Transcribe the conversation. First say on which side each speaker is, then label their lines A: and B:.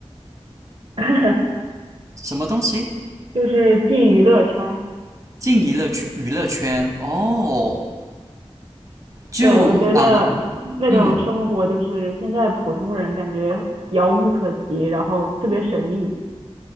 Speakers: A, on the right (about 60°); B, on the right (about 30°).
A: <laughs>
B: 什么东西？
A: 就是进娱乐圈儿
B: 进娱乐娱乐圈哦，就啊，
A: 对，我觉得那种生活就是现在普通人感觉遥不可及，
B: 你嗯，
A: 然后特别神秘。